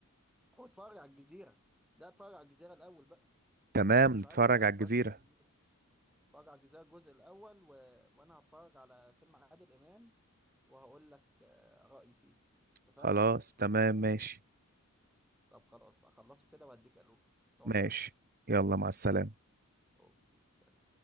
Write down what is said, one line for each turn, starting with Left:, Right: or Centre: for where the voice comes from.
Centre: هو اتفرج على الجزيره لا اتفرج على الجزيره الاول بقى
Right: تمام
Centre: انا ما كنتش
Right: نتفرج
Centre: عارف ان انت ما
Right: على
Centre: اتفرجتش
Right: الجزيره
Centre: على الجزيره اتفرج على الجزيره الجزء الاول و... وانا هتفرج على فيلم عادل امام وهقول لك آه، رايي فيه اتفقنا
Right: خلاص تمام ماشي
Centre: طب خلاص هخلصه كده واديك الو نقعد
Right: ماشي
Centre: نحكي
Right: يلا مع السلامه
Centre: اوكي سلام